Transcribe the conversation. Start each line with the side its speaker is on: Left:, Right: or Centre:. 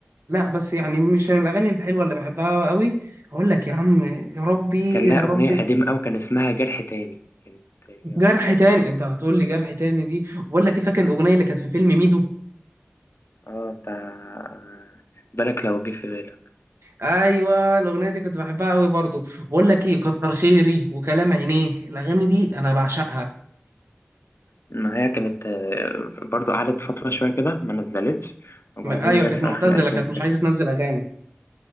Right: لا بس يعني مش من الاغاني الحلوه اللي بحبها قوي هقول لك يا عم يا ربي
Left: كان لها
Right: يا
Left: أغنية
Right: ربي
Left: قديمة أوي كان اسمها جرح تاني كانت هي
Right: جرح
Left: برضه كانت
Right: تاني
Left: حلوة
Right: انت هتقول لي جرح تاني دي بقول لك ايه فاكر الاغنيه اللي كانت في فيلم ميدو
Left: اه بتاع آه، بالك لو جه في بالي
Right: ايوه الاغنيه دي كنت بحبها قوي برضو بقول لك ايه كتر خيري وكلام عينيه الاغاني دي انا بعشقها
Left: ما هي كانت آه، برضو قعدت فترة شوية كده ما نزلتش وبعدين
Right: م- ايوه
Left: جت
Right: كانت
Left: في
Right: معتزله
Left: آخر ألبوم
Right: كانت مش
Left: كانت
Right: عايزه تنزل اغاني